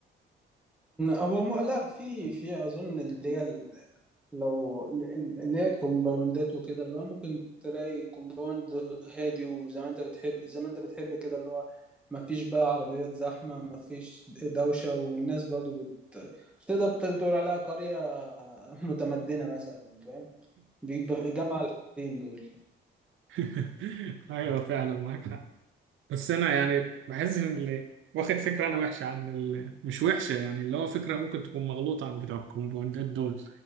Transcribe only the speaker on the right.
<laughs> أيوة فعلا معاك حق بس أنا يعني بحس إن اللي واخد فكرة أنا وحشة عن ال... مش وحشة يعني اللي هو فكرة ممكن تكون مغلوطة عن بتوع الكومباوندات دول